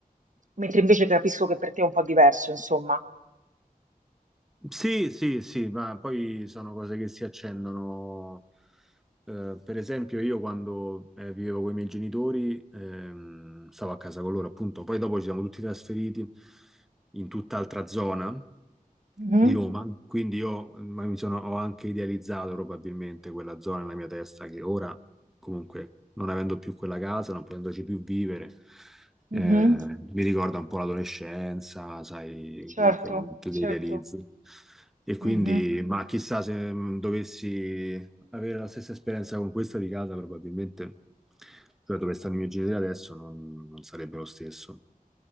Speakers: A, on the right; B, in the centre.
A: mentre invece capisco che per te è un po' diverso, insomma.
B: Sì, sì, sì, ma poi sono cose che si accendono. Eh, per esempio, io quando eh, vivevo con i miei genitori, ehm, stavo a casa con loro, appunto, poi dopo ci siamo tutti trasferiti in tutt'altra zona
A: Mhm,
B: di Roma, quindi io ma mi sono, ho anche idealizzato probabilmente quella zona nella mia testa che ora, comunque, non avendo più quella casa, non potendoci più vivere, eh,
A: mhm,
B: mi ricorda un po' l'adolescenza, sai,
A: certo,
B: comunque i momenti
A: certo.
B: che idealizzi. E quindi,
A: mhm.
B: ma chissà se mh, dovessi avere la stessa esperienza con questa di casa, probabilmente, cioè dove stanno i miei genitori adesso, non, non sarebbe lo stesso.